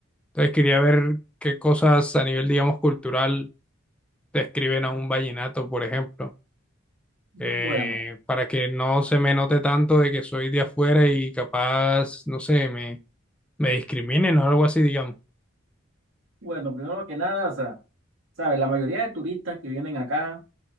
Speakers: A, in the centre; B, on the right.
A: Entonces quería ver qué cosas a nivel, digamos, cultural describen a un vallenato, por ejemplo.
B: Bueno,
A: eh, para que no se me note tanto de que soy de afuera y capaz, no sé, me, me discriminen o algo así, digamos.
B: bueno, primero que nada, o sea, sabes, la mayoría de turistas que vienen acá,